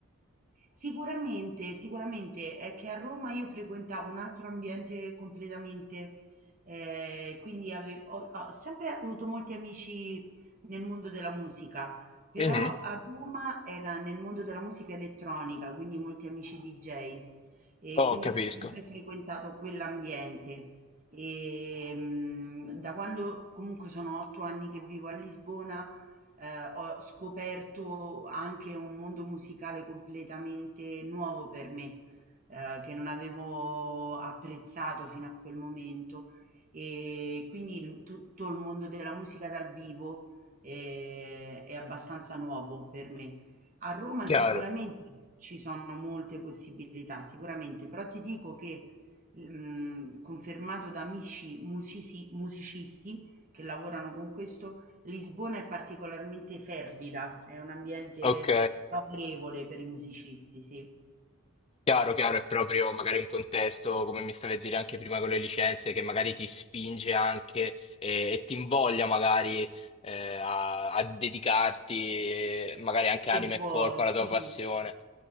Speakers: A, on the right; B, on the left.
A: Sicuramente, sicuramente è che a Roma io frequentavo un altro ambiente completamente, ehm, quindi ave ho ho sempre avuto molti amici nel mondo della musica, però
B: Mhm.
A: a Roma era nel mondo della musica elettronica, quindi molti amici DJ e
B: Oh,
A: quindi
B: capisco.
A: ho sempre frequentato quell'ambiente. Ehm, da quando comunque sono 8 anni che vivo a Lisbona, eh, ho scoperto anche un mondo musicale completamente nuovo per me, eh, che non avevo apprezzato fino a quel momento. E quindi il- tutto il mondo della musica dal vivo eh, è abbastanza nuovo per me. A Roma
B: Chiaro.
A: sicuramente ci sono molte possibilità, sicuramente, però ti dico che mm, confermato da amici musici- musicisti che lavorano con questo, Lisbona è particolarmente fervida, è un ambiente
B: Ok.
A: favorevole per i musicisti, sì.
B: Chiaro, chiaro, è proprio magari un contesto, come mi stavi a dire anche prima con le licenze, che magari ti spinge anche eh, e, ti invoglia magari eh, a, a dedicarti eh, magari anche
A: Se
B: anima e
A: vuoi,
B: corpo alla tua
A: sì,
B: passione.